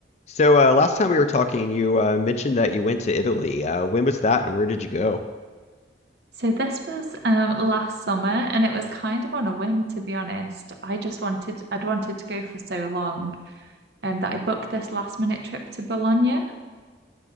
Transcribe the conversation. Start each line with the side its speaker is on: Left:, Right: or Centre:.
Left: So uh, last time we were talking, you uh, mentioned that you went to Italy. Uh, when was that, and where did you go?
Right: So this was um, last summer, and it was kind of on a whim, to be honest. I just wanted, I'd wanted to go for so long, and that I booked this last minute trip to Bologna.